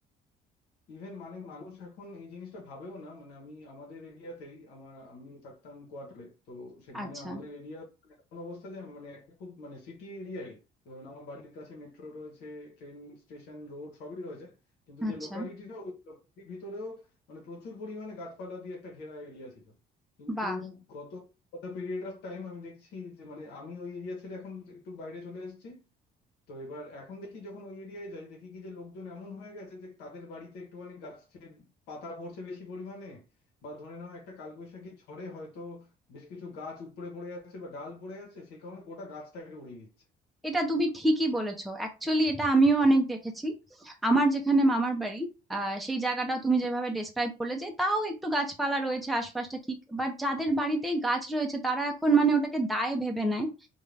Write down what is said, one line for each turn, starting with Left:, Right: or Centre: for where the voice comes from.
Left: ইভেন মানে মানুষ এখন এই জিনিসটা ভাবেও না মানে আমি আমাদের এরিয়াতেই আমার আমি থাকতাম কোয়ার্টারে তো সেখানে
Centre: আচ্ছা
Left: আমাদের এরিয়া এমন অবস্থা যে মানে একটা খুব মানে সিটি এরিয়াই ধরুন আমার বাড়ির কাছে মেট্রো রয়েছে ট্রেন স্টেশন রোড সবই রয়েছে কিন্তু
Centre: আচ্ছা
Left: যে লোকালিটিটা ওই লোকালিটির ভিতরেও মানে প্রচুর পরিমাণে গাছপালা দিয়ে একটা ঘেরা এরিয়া ছিল কিন্তু
Centre: বাহ
Left: গত গত পিরিয়ড অফ টাইম আমি দেখছি যে মানে আমি ওই এরিয়া ছেড়ে এখন একটু বাইরে চলে এসেছি তো এবার এখন দেখি যখন ওই এরিয়ায় যাই দেখি কি যে লোকজন এমন হয়ে গেছে যে তাদের বাড়িতে একটুখানি গাছের পাতা পড়ছে বেশি পরিমাণে বা ধরে নাও একটা কালবৈশাখী ঝড়ে হয়তো বেশ কিছু গাছ উপড়ে পড়ে যাচ্ছে বা ডাল পড়ে যাচ্ছে সেই কারণে গোটা গাছটাকে উড়িয়ে দিচ্ছে
Centre: এটা তুমি ঠিকই বলেছো অ্যাকচুয়ালি এটা আমিও অনেক দেখেছি আমার যেখানে মামার বাড়ি আহ সেই জায়গাটাও তুমি যেভাবে ডেসক্রাইব করলে যে তাও একটু গাছপালা রয়েছে আশপাশটা ঠিক বাট যাদের বাড়িতেই গাছ রয়েছে তারা এখন মানে ওটাকে দায় ভেবে নেয়